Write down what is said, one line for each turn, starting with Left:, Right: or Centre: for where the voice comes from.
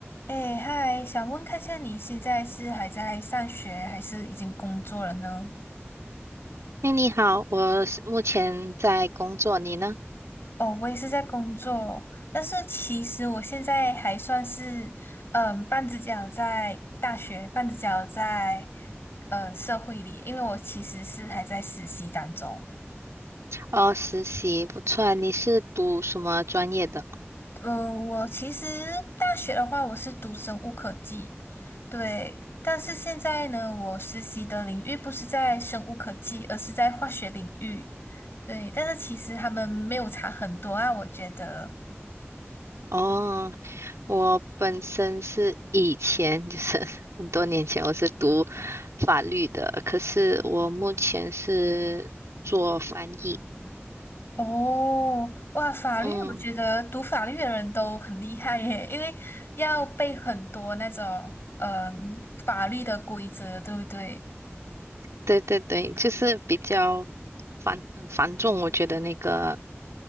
Left: 哎，嗨，想问看一下你现在是还在上学，还是已经工作了呢？
Right: 哎，你好，我是目前在工作，你呢？
Left: 哦，我也是在工作，但是其实我现在还算是，嗯，半只脚在大学，半只脚在，呃，社会里，因为我其实是还在实习当中。
Right: 哦，实习，不错啊你是读什么专业的？
Left: 嗯，我其实大学的话，我是读生物科技，对。但是现在呢，我实习的领域不是在生物科技，而是在化学领域。对，但是其实他们没有差很多啊，我觉得。
Right: 哦，我本身是以前就是 <laughs> 很多年前我是读法律的，可是我目前是做翻译。
Left: 哦，哇，法律，
Right: 嗯，
Left: 我觉得读法律的人都很厉害耶，因为要背很多那种嗯、法律的规则，对不对？
Right: 对对对，就是比较繁繁重，我觉得那个